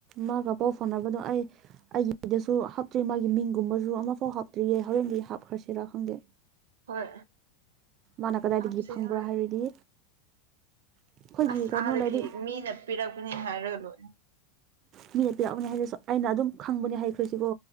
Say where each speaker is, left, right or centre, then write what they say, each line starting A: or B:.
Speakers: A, on the right; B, on the right.
A: ꯃꯥꯒ ꯄꯥꯎ ꯐꯥꯎꯅꯕꯗꯣ ꯑꯩ ꯑꯩꯒꯤꯗꯁꯨ ꯍꯥꯞꯇ꯭ꯔꯤ ꯃꯥꯒꯤ ꯃꯤꯡꯒꯨꯝꯕꯁꯨ ꯑꯃꯐꯥꯎ ꯍꯥꯞꯇ꯭ꯔꯤꯌꯦ ꯍꯣꯔꯦꯟꯗꯤ ꯍꯥꯞꯈ꯭ꯔꯁꯤꯔꯥ ꯈꯪꯗꯦ
B: ꯍꯣꯏ
A: ꯃꯥꯅ ꯀꯗꯥꯏꯗꯒꯤ
B: ꯍꯥꯞꯁꯦ
A: ꯐꯪꯕ꯭ꯔꯥ
B: ꯍꯣꯔꯦꯟ
A: ꯍꯥꯏꯔꯗꯤ ꯑꯩꯈꯣꯏꯒꯤ
B: ꯑꯁ
A: ꯀꯩꯅꯣ
B: ꯑꯥꯗꯒꯤ
A: ꯂꯥꯏꯔꯤꯛ
B: ꯃꯤꯅ ꯄꯤꯔꯛꯄꯅꯤ ꯍꯥꯏꯔꯒ ꯂꯣꯏꯔꯦ
A: ꯃꯤꯅ ꯄꯤꯔꯛꯄꯅꯦ ꯍꯥꯏꯁꯤꯁꯨ ꯑꯩꯅ ꯑꯗꯨꯝ ꯈꯪꯕꯅꯦ ꯍꯥꯏꯈ꯭ꯔꯁꯤꯀꯣ